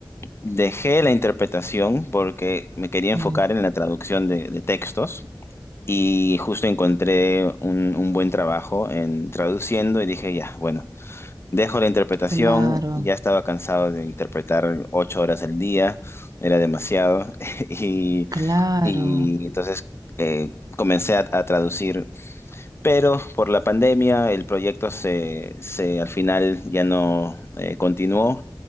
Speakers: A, on the left; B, on the right.
A: Dejé la interpretación porque me quería
B: Sí,
A: enfocar en la traducción de, de textos y justo encontré un, un buen trabajo en traduciendo y dije, ya, bueno, dejo la interpretación,
B: claro,
A: ya estaba cansado de interpretar ocho horas al día, era demasiado <laughs> y,
B: claro.
A: y entonces eh, comencé a, a traducir, pero por la pandemia el proyecto se, se al final ya no eh, continuó